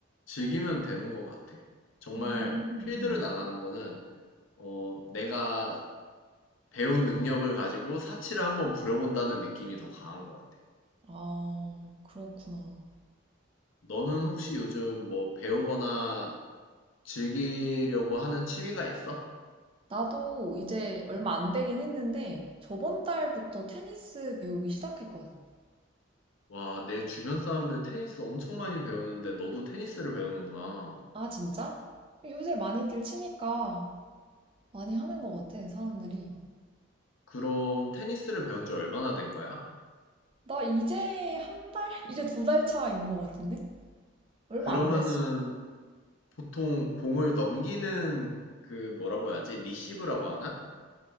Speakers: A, on the left; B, on the right.
A: 즐기면 되는 것 같아. 정말
B: 음. 음.
A: 필드를 나가는 거는 어, 내가 배운 능력을 가지고 사치를 한번 부려본다는 느낌이 더 강한 것 같아.
B: 아, 그렇구나.
A: 너는 혹시 요즘 뭐 배우거나 즐기려고 하는 취미가 있어?
B: 나도 이제 얼마 안 되긴 했는데 저번 달부터 테니스 배우기 시작했거든.
A: 와, 내 주변 사람들 테니스 엄청 많이 배우는데 너도 테니스를 배우는구나.
B: 아, 진짜? 요새 많이들 치니까 많이 하는
A: 음.
B: 것 같아, 사람들이.
A: 그럼 테니스를 배운 지 얼마나 된 거야?
B: 나 이제 한 달? <laughs> 이제 두 달 차인 것 같은데? 얼마
A: 그러면은
B: 안 됐 어
A: 보통 공을 넘기는 그 뭐라고 해야지? 리시브라고 하나?